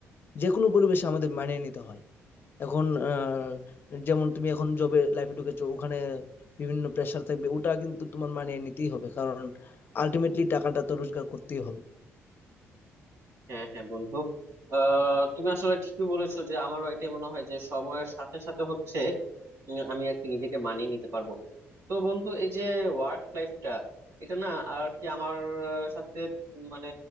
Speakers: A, on the left; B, on the right.
A: যেকোনো পরিবেশে আমাদের মানিয়ে নিতে হয়। এখন আ যেমন তুমি এখন জবে লাইফে ঢুকেছো ওখানে বিভিন্ন প্রেশার থাকবে। ওটা কিন্তু তোমার মানিয়ে নিতেই হবে। কারণ আল্টিমেটলি টাকাটা তো রোজগার করতেই হবে।
B: হ্যাঁ হ্যাঁ বন্ধু আহ তুমি আসলে ঠিকই বলেছো যে আমারও এটাই মনে হয় যে সময়ের সাথে সাথে হচ্ছে উম, আমি আর কি নিজেকে মানিয়ে নিতে পারবো তো বন্ধু এই যে ওয়ার্ক লাইফটা এটা না আর কি আমার আহ, সাথে উম, মানে